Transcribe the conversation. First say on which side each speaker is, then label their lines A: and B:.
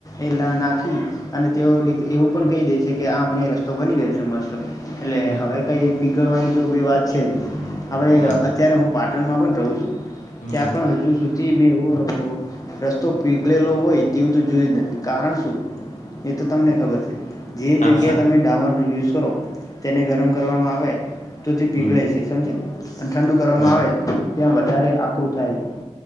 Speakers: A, on the left; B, on the left.
A: એ નાખી અને તેઓ એવું પણ કહી દે છે કે આપણે એ રસ્તો બની ગયો છે મસ્ત એટલે
B: હમ.
A: હવે કઈ પીગળવાની તો વાત છે જ હવે
B: હા
A: અત્યારે હું પા પાટણમાં પણ રહું છું
B: હમ
A: ત્યાં પણ હજુ સુધી મે એવું રસ્તો પીગળેલો હોય તેવું તો જોય જ નથી કારણ શું એ તો તમને ખબર છે જે
B: હા હ
A: જગ્યાએ તમે ડામર યુઝ કરો તેને ગરમ કરવામાં આવે તો તે પીગળાય
B: હમ
A: શે સમજ્યા? અન ઠંડુ કરવામાં
B: હા.
A: આવે તેમ વધારે આકરું થાય જાય,